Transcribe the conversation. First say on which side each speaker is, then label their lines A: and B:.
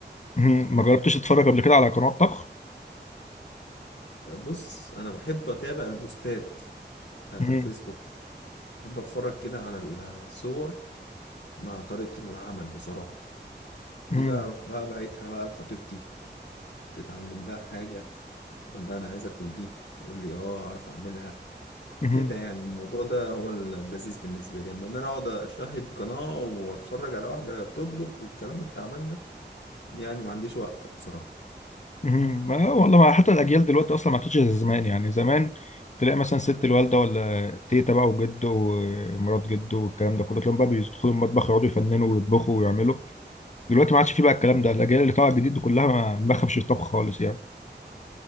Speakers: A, on the left (about 40°); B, on the left (about 80°).
A: مهم. ما جربتش اتفرج قبل كده على قنوات طبخ
B: آه، بص أنا بحب أتابع البوستات بتاعت
A: مهم.
B: الفيسبوك بحب أتفرج كده على الصور مع طريقة العمل بصراحة
A: مهم.
B: دي بقى أروح بقى بعتها بقى لخطيبتي تتعلم لها حاجة اقول لها انا عايز اكل دي تقول لي اه اعرف اعملها
A: مهم.
B: كده يعني الموضوع ده هو اللذيذ بالنسبه لي اما ان انا اقعد اشاهد قناه واتفرج على واحده وهي بتطبخ والكلام التعبان ده يعني ما عنديش وقت بصراحه
A: مهم. ما والله ما حتى الأجيال دلوقتي أصلا ما عادتش زي زمان يعني زمان تلاقي مثلا ست الوالدة ولا تيتا بقى وجد ومرات جد والكلام ده كله تلاقيهم بقى بيدخلوا المطبخ يقعدوا يفننوا ويطبخوا ويعملوا دلوقتي ما عادش فيه بقى الكلام ده الأجيال اللي طالعة جديد كلها ما ما بخافش الطبخ خالص يعني